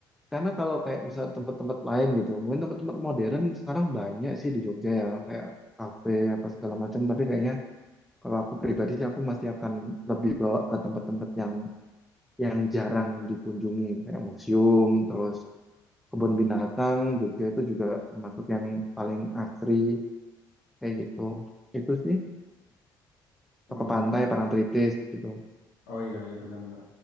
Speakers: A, in the centre; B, on the left (about 80°).
A: karena kalau kayak misal tempat-tempat lain gitu, mungkin tempat-tempat modern sekarang banyak sih di Jogja ya, kayak kafe apa segala macam. Tapi kayaknya kalau aku pribadi sih aku masih akan lebih bawa ke tempat-tempat yang yang jarang dikunjungi, kayak museum, terus kebun binatang. Jogja itu juga termasuk yang paling asri kayak gitu. Itu sih, atau
B: Hmm.
A: ke pantai, Parangtritis gitu.
B: Oh iya, iya benar-benar.